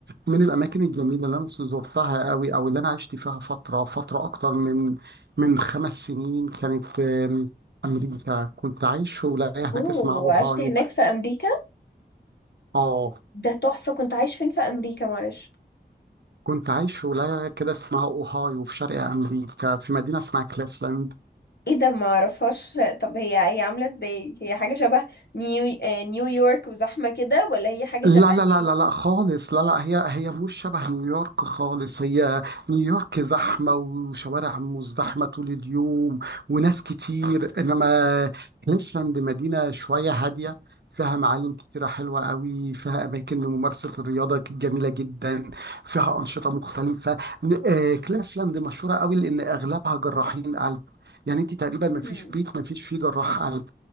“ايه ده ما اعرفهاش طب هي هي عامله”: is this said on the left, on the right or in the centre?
Left